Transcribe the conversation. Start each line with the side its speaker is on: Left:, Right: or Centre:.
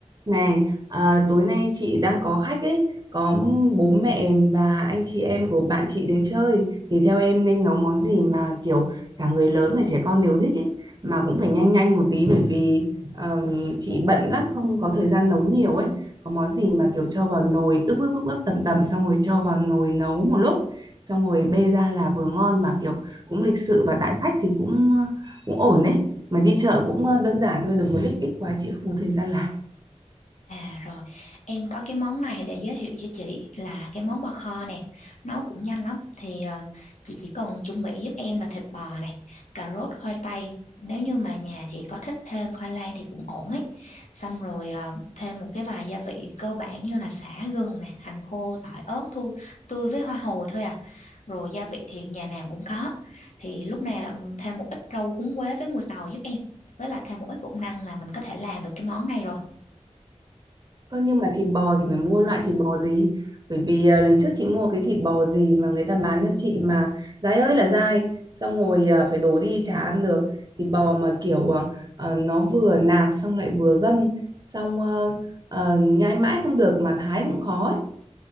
Right: Này, à, tối nay chị đang có khách ấy, có bố mẹ và anh chị em của bạn chị đến chơi thì theo em nên nấu món gì mà kiểu cả người lớn và trẻ con đều thích ấy mà cũng phải nhanh nhanh một tí bởi vì ờm, chị bận lắm không có thời gian nấu nhiều ấy. Có món gì mà kiểu cho vào nồi ướp ướp ướp ướp tầm tầm xong rồi cho vào nồi nấu một lúc xong rồi bê ra là vừa ngon mà kiểu cũng lịch sự và đãi khách thì cũng cũng ổn ấy. Mà đi chợ cũng ờ, đơn giản thôi, đừng có lích kích quá chị không có thời gian làm.
Left: À rồi, em có cái món này để giới thiệu cho chị là cái món bò kho nè, nấu cũng nhanh lắm. Thì ờ, chị chỉ cần chuẩn bị giúp em là thịt bò này, cà rốt, khoai tây. Nếu như mà nhà thì có thích thêm khoai lang thì cũng ổn ấy. Xong rồi ờ, thêm một cái vài gia vị cơ bản như là sả gừng này, hành khô, tỏi ớt thôi, tươi với hoa hồi thôi à. Rồi gia vị thì nhà nào cũng có. Thì lúc nào ừ, thêm một ít rau húng quế với mùi tàu giúp em. Với lại thêm một ít bột năng là mình có thể làm được cái món này rồi.
Right: Ơ nhưng mà thịt bò thì phải mua loại thịt bò gì? Bởi vì à, lần trước chị mua cái thịt bò gì mà người ta bán cho chị mà dai ơi là dai, xong rồi à, phải đổ đi chả ăn được. Thịt bò mà kiểu à, à, nó vừa nạc xong lại vừa gân, xong ờ, ờ, nhai mãi không được mà thái cũng khó ấy.